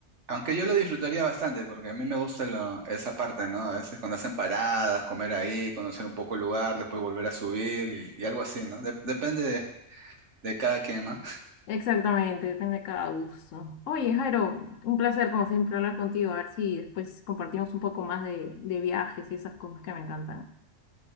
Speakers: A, on the right; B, on the left.
A: Aunque yo lo disfrutaría bastante, porque a mí me gusta lo- esa parte, ¿no? A veces cuando hacen paradas, comer ahí, conocer un poco el lugar, después volver a subir y, y algo así, ¿no? De- depende de, de cada quien, ¿no?
B: Exactamente, depende de cada gusto. Oye, Jairo, un placer como siempre hablar contigo, a ver si después compartimos un poco más de, de viajes y esas cosas que me encantan.